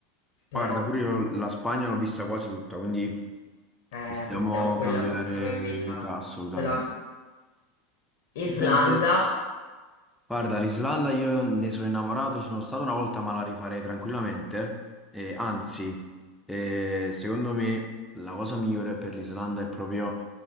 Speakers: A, on the left; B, in the centre.
A: però
B: Guarda, pure io la Spagna l'ho vista quasi tutta, quindi
A: eh,
B: possiamo
A: possiamo, quella
B: cambiare
A: possiamo evitarcela.
B: meta assolutamente.
A: Islanda?
B: Dipende. Guarda, l'Islanda io ne sono innamorato, ci sono stato una volta, ma la rifarei tranquillamente. E anzi, eh, secondo me la cosa migliore per l'Islanda è proprio